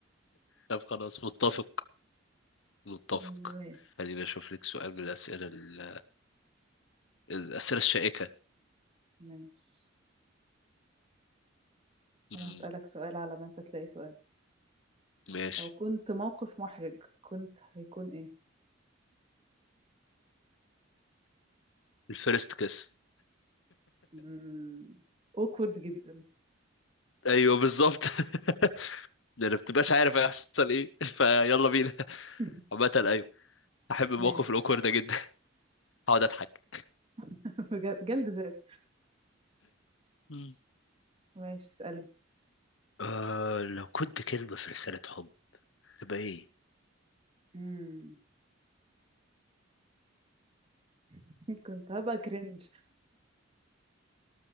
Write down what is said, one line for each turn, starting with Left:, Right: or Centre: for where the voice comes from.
Left: طب خلاص متفق متفق
Right: ماشي
Left: خليني اشوف لك سؤال من الاسئله ال- الاسئله الشائكه
Right: ماشي
Left: مم.
Right: أنا هسألك سؤال على ما أنت تلاقي سؤال
Left: ماشي
Right: لو كنت موقف محرج كنت هيكون إيه؟
Left: الفيرست كيس
Right: مم. awkward جدا
Left: ايوه بالظبط <laughs> لان ما بتبقاش عارف هيحصل ايه <laughs> فيلا بينا
Right: <laughs>
Left: عامة ايوه احب الموقف
Right: ماشي
Left: الاوكورد ده جدا <laughs> اقعد اضحك
Right: <laughs> بجد جلد ذات
Left: مم.
Right: ماشي اسألني
Left: أه لو كنت كلمة في رسالة حب تبقى ايه؟
Right: مم. <laughs> كنت هبقى كرنج